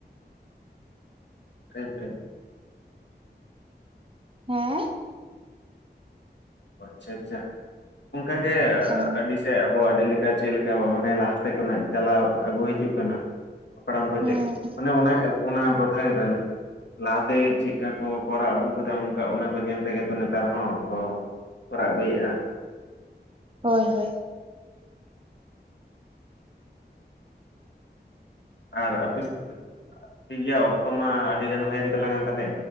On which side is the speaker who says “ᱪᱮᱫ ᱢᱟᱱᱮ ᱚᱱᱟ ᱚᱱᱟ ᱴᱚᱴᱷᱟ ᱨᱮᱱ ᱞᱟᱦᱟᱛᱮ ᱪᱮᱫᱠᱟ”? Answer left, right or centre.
Left